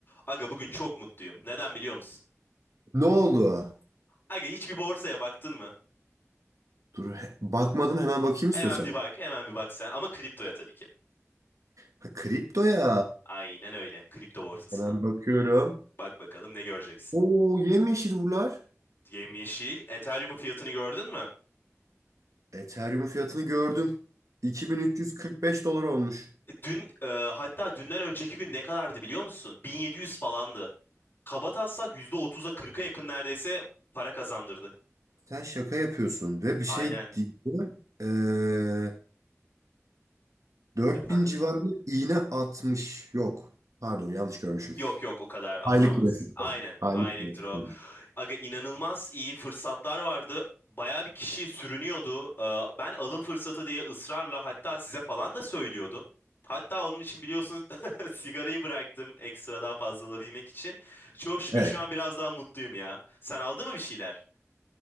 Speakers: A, on the left (about 45°); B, on the right (about 85°).
A: Aga bugün çok mutluyum. Neden biliyor musun?
B: Ne oldu?
A: Aga hiçbir borsaya baktın mı?
B: Dur he- bakmadım hemen bakayım
A: Hemen
B: istiyorsan.
A: bir bak, hemen bir bak sen. Ama kriptoya tabii ki.
B: Ha, kripto ya.
A: Aynen öyle. Kripto borsasına.
B: Hemen bakıyorum.
A: Bak bakalım ne göreceksin.
B: Oo yemyeşil buralar.
A: Yemyeşil. Ethereum'un fiyatını gördün mü?
B: Ethereum fiyatını gördüm. 2345 dolar olmuş.
A: E, Dün, e, hatta dünden önceki gün ne kadardı biliyor musun? 1700 falandı. Kabataslak yüzde otuz'a kırka yakın neredeyse para kazandırdı.
B: Sen şaka yapıyorsun ve bir şey
A: Aynen.
B: değil de ee, 4000
A: Efendim?
B: civarında iğne atmış. Yok. Pardon yanlış görmüşüm.
A: Yok yok o kadar atamaz.
B: Aylık grafikte.
A: Aynen.
B: Aylık
A: Elektro.
B: grafikte.
A: Aga inanılmaz iyi fırsatlar vardı. Baya bir kişi sürünüyordu. Ee, Ben alın fırsatı diye ısrarla hatta size falan da söylüyordum. Hatta onun için biliyorsunuz <laughs> sigarayı bıraktım ekstra daha fazla alabilmek için. Çok şükür
B: Evet.
A: şu an biraz daha mutluyum ya. Sen aldı mı bir şeyler?